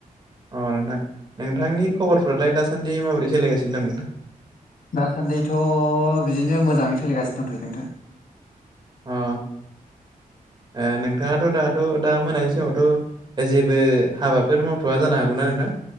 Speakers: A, on the right; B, on the left.
A: अ नोंथां नोंथांनि खबरफ्रालाय दासान्दि माबोरै सोलिगासिनो दं नोंथां
B: दासान्दिथ' बिदिनो मोजाङै सोलिगासिनो दंथयो' नोंथां।
A: अ ए नोंथाङाथ' दाथ' दा मोनानि समावथ' जेबो हाबाफोर मावथ'वा जानो हागौना नोंथां।